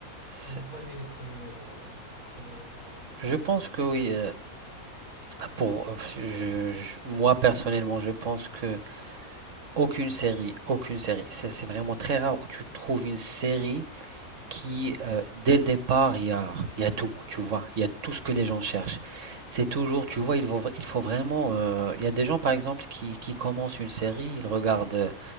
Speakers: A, on the right (about 60°); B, on the left (about 80°).
A: C'est-
B: qui n'ont pas aimé les premières, euh, les premiers épisodes.
A: Je pense que oui. euh, ah, pour, euh, je- je- moi, personnellement, je pense que aucune série, aucune série, c'est c'est vraiment très rare où tu trouves une série qui, euh, dès le départ, il y a, il y a tout, tu vois. Il y a tout ce que les
B: Mm,
A: gens cherchent. C'est toujours,
B: mm,
A: tu
B: mm.
A: vois, il faut, il faut vraiment... euh, il y a des gens, par exemple, qui, qui commencent une série, ils regardent...